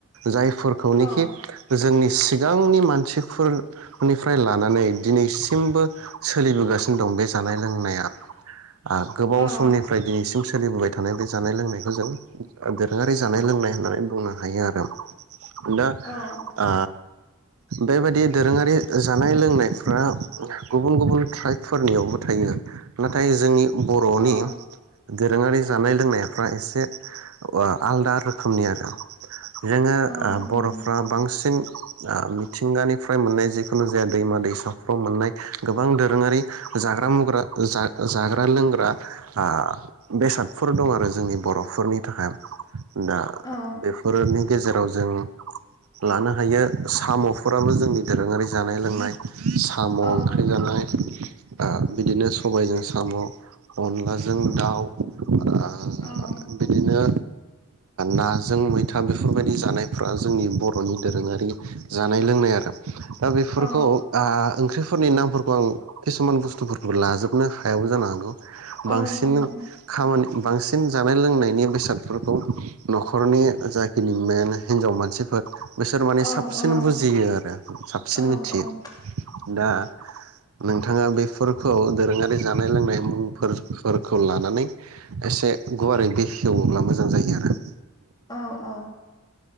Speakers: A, on the right; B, on the left.
A: जायफोरखौनोखि
B: औ
A: जोंनि गांनि मानसिफोरनिफ्राय लानानै दिनैसिमबो सोलिबोगासिनो दं बे जानाय लोंनाया। आ गोबाव
B: औ
A: समनिफ्राय दिनैसि जों सोलिबोबाय थानाय बे जानाय लोंनायखौ जों दोरोङारि जानाय लोंनाय होननानै बुंनो हायो आरो। दा
B: औ
A: आ बेबायदि दोरोङारि जानाय लोंनायफ्रा गुबुन गुबुन ट्राइबफोरनियावबो थायो नाथाय जोंनि बर'नि
B: औ
A: दोरोङारि जानाय लोंनायफ्रा एसे अ आलदा रोखोमनि आरो। जोङो
B: औ
A: ओ
B: नंगौ
A: बर'फ्रा बांसिन दा मिथिंगानिफ्राय मोननाय जिखुनु जाया दैमा दैसाफ्राव मोननाय गोबां दोरोङारि जाग्रा मुग्रा जा जाग्रा लोंग्रा आ बेसादफोर दं आरो जोंनि बरफोरनि थाखाय। दा
B: औ
A: बेफोरनि गेजेराव जों लानो हायो। साम'फोराबो जोंनि दोरोङारि जानाय लोंनाय। साम'
B: औ
A: ओंख्रि जानाय। आ बिदिनो सबायजों साम' अनलाजों दाउ। आ
B: औ
A: बिदिनो नाजों मैथा बेफोरबादि जानायफ्रा जोंनि बर'नि दोरोङारि। जानाय लोंनाय आरो। दा बेफोरखौ
B: औ
A: आ ओंख्रिफोरनि नामफोरखौ आं किसुमान बुस्थुफोरखौ लाजोबनो हायाबो जानो हागौ। बांसिन
B: औ नंगौ
A: खामानि बांसिन जानाय लोंनायनि बेसादफोरखौ नख'रनि जाखिनि मेन हिनजाव मानसिफोर। बिसोर माने
B: औ
A: सा
B: औ
A: सिन बुजियो आरो साबसिन
B: औ
A: मिथियो। दा नोंथाङा बेफोरखौ दोरोङारि जानाय लोंनाय मुंफोरखौ लानानै एसे गुवारै बेखेवोब्ला मोजां जायो आरो।
B: औ औ